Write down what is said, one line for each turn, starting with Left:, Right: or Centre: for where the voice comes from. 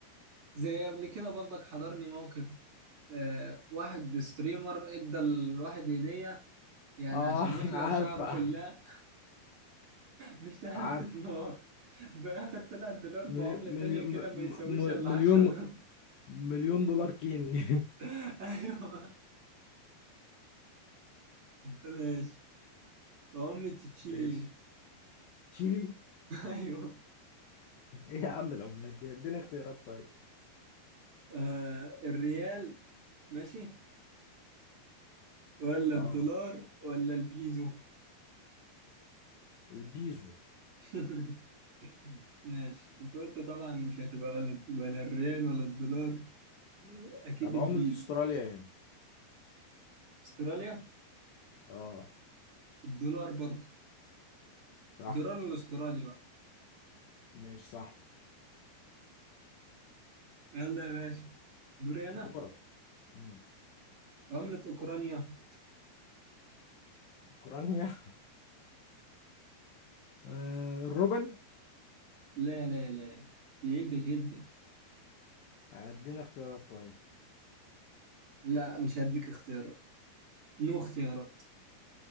Right: زي قبل كده برضك حضرني موقف آه واحد ستريمر ادى الواحد هدية يعني
Left: اه
Right: عشان يحلق
Left: <laughs>
Right: شعره
Left: عارفه
Right: كلها مش عارف
Left: عارف
Right: دولار بآخر طلع الدولار بعملة
Left: ملي- ملي-
Right: تانية كده
Left: م-
Right: ما يساويش
Left: م-
Right: إلا
Left: مليون
Right: 10 دولار
Left: مليون دولار كيني
Right: <laughs> أيوه ماشي بعملة تشيلي
Left: <laughs> ماشي
Right: إيه؟
Left: تشيلي
Right: <laughs> أيوه
Left: ايه يا عم العملات دي اديني اختيارات طيب
Right: آه الريال ماشي ولا
Left: اه
Right: الدولار ولا البيزو
Left: البيزو
Right: <laughs> ماشي أنت قلت طبعا مش هتبقى ولا ولا الريال ولا الدولار أكيد
Left: طب
Right: البيزو
Left: عملة استراليا ايه
Right: أستراليا
Left: اه
Right: الدولار برضه
Left: صح
Right: الدولار الأسترالي بقى
Left: ماشي صح
Right: يلا يا باشا دوري أنا
Left: دورك مم.
Right: عملة أوكرانيا
Left: اوكرانيا <laughs> آه الروبل
Right: لا لا لا بعيدة جدا
Left: اديني اختيارات طيب
Right: لا مش هديك اختيارات نو اختيارات